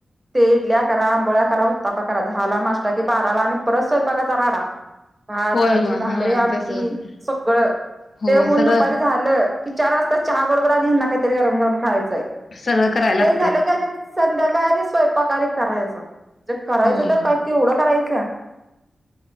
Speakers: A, on the right; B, on the left.
A: ते इडल्या करा, आंबोळ्या करा, उत्तापा करा झाला नाष्टा, कि बाराला आणि परत स्वयंपाकाचा राडा. भात
B: होय
A: भाजी
B: होय
A: भाकरी
B: होय
A: आमटी
B: तस होतय
A: सगळं
B: होय
A: ते होऊन
B: सगळं
A: दुपारी झालं की चार वाजता चहा बरोबर आणि हना काहीतरी गरम गरम खायचंय
B: सगळं कराय लाग
A: ते झालं की आणि संध्याकाळ आणि स्वयंपाका करायचं म्हणजे करायचं
B: होय
A: तर काही ते एवढं करायचं